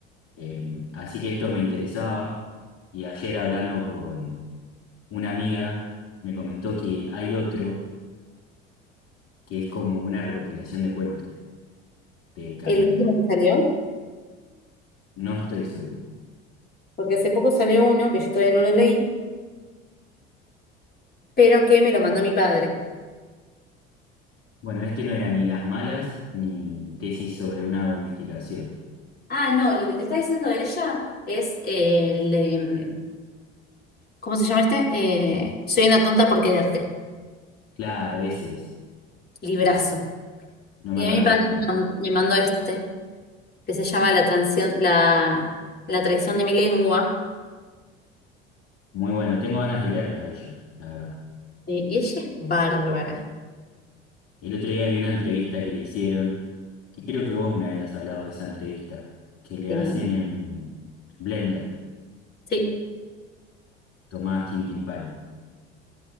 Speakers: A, on the left (about 45°); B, on the left (about 30°).
A: Eh, así que esto me interesaba y ayer hablando con una amiga me comentó que hay otro que es como una recopilación de cuentos de Camila.
B: El último que salió,
A: No estoy seguro.
B: porque hace poco salió uno que yo todavía no lo leí, pero que me lo mandó mi padre.
A: Bueno, este no era ni Las Malas ni Tesis sobre una domesticación.
B: Ah, no, lo que te está diciendo ella es eh, el de, mm, ¿cómo se llama este? Eh, Soy una tonta por quererte.
A: Claro, ese es.
B: Librazo.
A: No me
B: Y
A: acordaba
B: a mi padre
A: el nombre.
B: me mandó, me mandó este. que se llama La transición, la, la traición de mi lengua.
A: Muy bueno, tengo ganas de leerla a ella, la verdad.
B: eh, y ella es bárbara.
A: El otro día vi una entrevista que le hicieron, que creo que vos me habías hablado de esa entrevista, que le
B: Sí.
A: hacen en Blender,
B: Sí.
A: Tomás Quintín Palma.